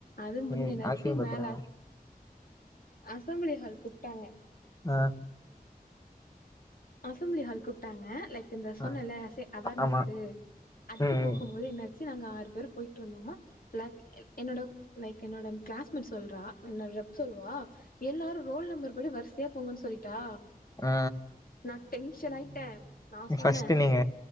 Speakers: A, on the left (about 65°); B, on the left (about 20°).
A: அது முடிஞ்ச
B: ம்
A: என்னாச்சு
B: அசிங்கப்படுத்துறாங்க
A: மேல அசம்ப்ளி ஹால் கூப்பிட்டாங்க
B: ஆ
A: அசம்பிளி ஹால் கூப்பிட்டாங்க லைக் இந்த சொன்னல்லே
B: ஆ
A: சே அவர்னஸ்கு
B: ஆமா
A: அதுக்கு
B: ம்
A: போகும்போது
B: ம்
A: என்னாச்சு நாங்க ஆறு பேர் போயிட்டு ட்ருந்தோமா லக் என்னோட லைக் என்னோட கிளாஸ்மேட் சொல்றா என்னட ரெப் சொல்லுவா எல்லாரும் ரோல் நம்பர் படி வரிசையா போங்கன்னு சொல்லிட்டா
B: ஆ
A: நா டென்ஷன் ஆயிட்டே நா சொன்னே
B: ஃபர்ஸ்ட்டு நீங்க